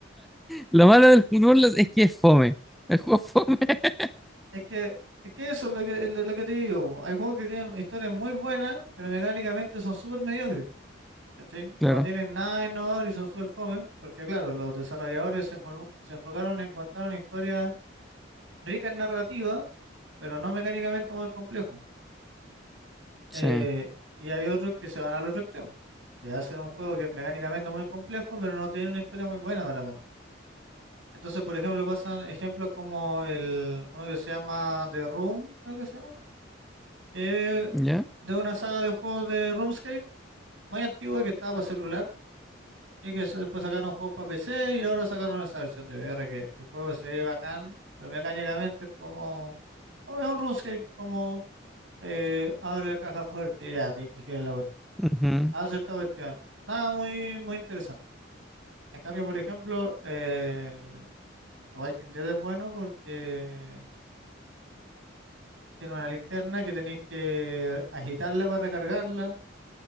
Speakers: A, in the centre; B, on the right.
A: Lo malo del fútbol es que es fome. El juego es fome. <laughs>
B: Es que, es que eso es lo que, es lo que te digo. po. Hay juegos que tienen historias muy buenas, pero mecánicamente son súper mediocres. ¿cachai?
A: Claro.
B: No tienen nada innovador y son súper fome, porque claro, los desarrolladores se, enfor- se enfocaron en contar una historia rica en narrativa, pero no mecánicamente muy complejo. Eh,
A: Sí.
B: y hay otros que se van al otro extremo, que hacen un juego que es mecánicamente muy complejo, pero no tiene una historia muy buena para contar. Entonces, por ejemplo, pasan ejemplos como el, uno que se llama The Room, creo que se llama, que es
A: Ya.
B: de una saga de juegos de RuneScape muy antigua que estaba para celular y que se- después sacaron juegos para PC y ahora sacaron esa versión de VR que el juego se ve bacán, pero mecánicamente es como, como es un RuneScape, como eh, abre la caja fuerte y ya, tienes que girar la
A: ujú,
B: hace esta cuestión. Nada muy, muy interesante. En cambio, por ejemplo, eh, el The Walking Dead es bueno porque tiene una linterna que tenéis que agitarla para recargarla.